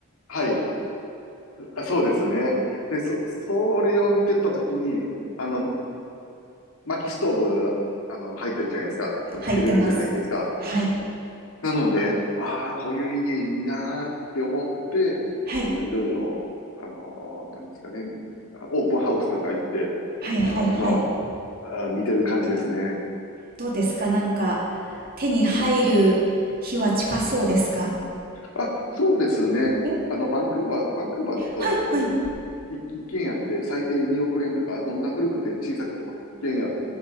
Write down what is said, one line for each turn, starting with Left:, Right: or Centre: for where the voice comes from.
Left: はい、あそうですね。で、そ、それを見てたときに、あの、薪ストーブ、あの、入ってるじゃないですか。あの、
Right: 入ってます。
Left: つけれるじゃないですか。
Right: はい。
Left: なので、ああ、こういう家いいなーって思って、
Right: はい。
Left: あの、いろいろ、あの、なんですかね、オープンハウスとか行って、
Right: はい、
Left: あの、
Right: はい、はい。
Left: 今は、あー見てる感じですね。
Right: どうですかなんか、手に入る日は近そうですか
Left: うん。あ、そうですね。
Right: お、
Left: あの、バンクーバー、バンクーバーだと、
Right: はいはい。
Left: いい一軒家って最低2億円とか、どんな古くて小さくても一軒家